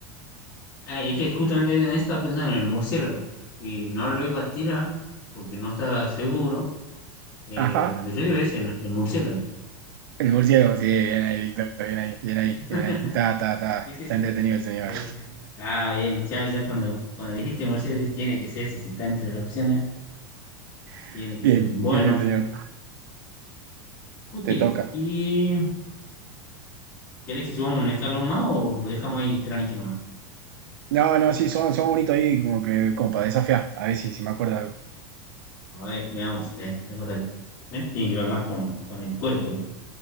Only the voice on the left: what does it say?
Ah, es que justamente en esto estaba pensando en el murciélago. Y no lo iba a tirar porque no estaba seguro. Eh,
pero yo digo eso el, el murciélago.
<laughs>
Sí, sí,
sí.
Por- Ah, bien, ya, ya cuando, cuando dijiste murciélago, dije, tiene que ser ese, si está entre las opciones,
tiene que
ser. Bueno,
ok.
¿Y querés que subamos un escalón más o lo dejamos ahí tranquilo más?
A ver, veamos, te, te acordás. Eh, Tiene que ver más con, con el cuerpo.